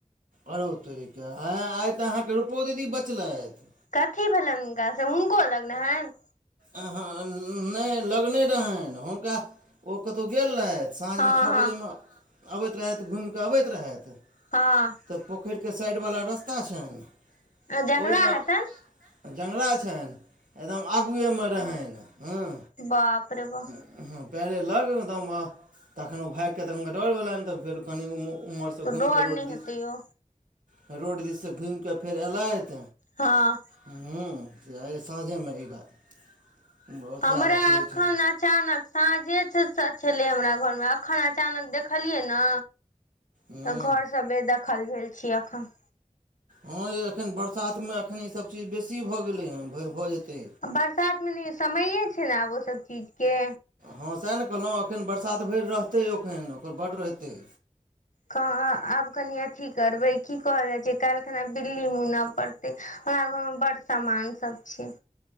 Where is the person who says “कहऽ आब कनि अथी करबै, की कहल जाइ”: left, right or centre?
Left